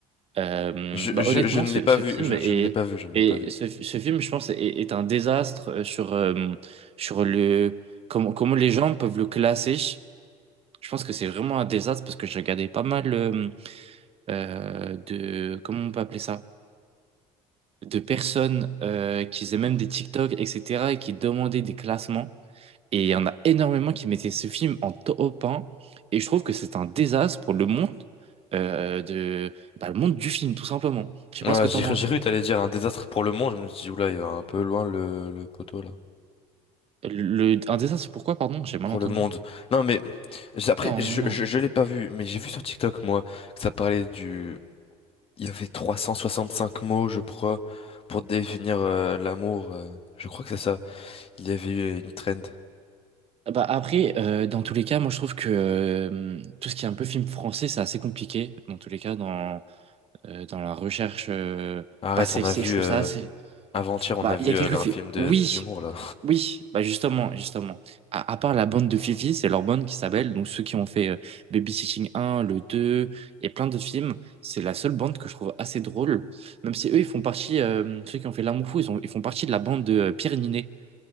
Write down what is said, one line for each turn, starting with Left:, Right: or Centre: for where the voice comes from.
Right: Euh,
Left: Je,
Right: bah,
Left: je,
Right: honnêtement,
Left: je ne
Right: ce,
Left: l'ai pas
Right: ce
Left: vu,
Right: film
Left: je,
Right: est,
Left: je ne l'ai pas vu, je ne
Right: et
Left: l'ai pas vu.
Right: ce, ce film, je pense, est, est un désastre euh, sur, euh, sur le comment, comment les gens peuvent le classer. Je pense que c'est vraiment un désastre parce que j'ai regardé pas mal euh, euh, de, comment on peut appeler ça? De personnes euh, qui faisaient même des TikTok, etc., et qui demandaient des classements. Et il y en a énormément qui mettaient ce film en top un Et je trouve que c'est un désastre pour le monde, euh, de, bah, le monde du film, tout simplement. Je sais
Left: Ouais,
Right: pas ce que
Left: j'ai
Right: t'en
Left: cru,
Right: penses.
Left: j'ai
Right: toi.
Left: cru que t'allais dire un désastre pour le monde. Je me suis dit, oula, il va un peu loin le, le poteau là.
Right: Le, un désastre, pourquoi, pardon? J'ai mal
Left: Pour
Right: entendu.
Left: le monde. Non, mais j'ai- après,
Right: Non,
Left: je,
Right: non, non.
Left: je, je l'ai pas vu, mais j'ai vu sur TikTok, moi, que ça parlait du. Il y avait 365 mots, je crois, pour définir euh, l'amour. euh. Je crois que c'est ça. Il y avait eu une trend.
Right: Bah après, euh, dans tous les cas, moi je trouve que euh, tout ce qui est un peu film français, c'est assez compliqué. Dans tous les cas, dans, euh, dans la recherche, euh,
Left: Arrête,
Right: bah, c'est,
Left: on a
Right: c'est-
Left: vu.
Right: je trouve
Left: euh,
Right: ça assez.
Left: Avant-hier, on
Right: Bah,
Left: a vu
Right: il y a quelques
Left: euh, là,
Right: filles.
Left: un film de,
Right: Oui,
Left: d'humour là.
Right: oui, bah justement, justement. À, à part la bande de Fifi, c'est leur bande qui s'appelle, donc ceux qui ont fait euh, Babysitting un le 2 et plein d'autres films, c'est la seule bande que je trouve assez drôle. Même si eux, ils font partie, euh, ceux qui ont fait L'amour fou, ils, ont- ils font partie de la bande de euh, Pierre Ninet.